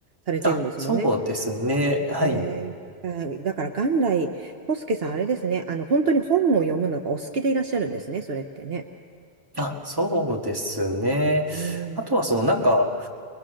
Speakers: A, on the right; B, on the right.
A: されてるんですもんね。
B: あ、そうですね。はい。
A: えー、はいだから元来、コスケさん、あれですね、あの、本当に本を読むのがお好きでいらっしゃるんですね、それってね。
B: あ、そうですね。
A: うん。
B: あとはそのなんか、